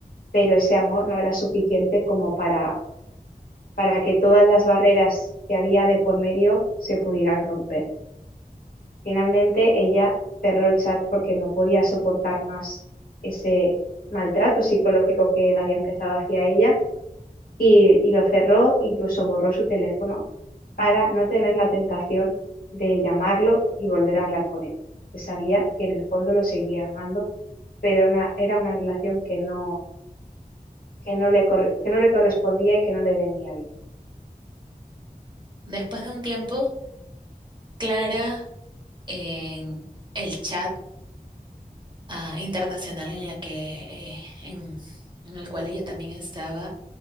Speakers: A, on the left (about 65°); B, on the right (about 30°).
A: pero ese amor no era suficiente como para, para que todas las barreras que había de por medio se pudieran romper. Finalmente ella cerró el chat porque no podía soportar más ese maltrato psicológico que él había empezado hacia ella y, y lo cerró, incluso borró su teléfono para no tener la tentación de llamarlo y volver a hablar con él, que sabía que en el fondo lo seguía amando, pero una, era una relación que no, que no le, corre, que no le correspondía y que no le venía bien.
B: Después de un tiempo, Clara en el chat ah, internacional en la que eh, en, en el cual ella también estaba,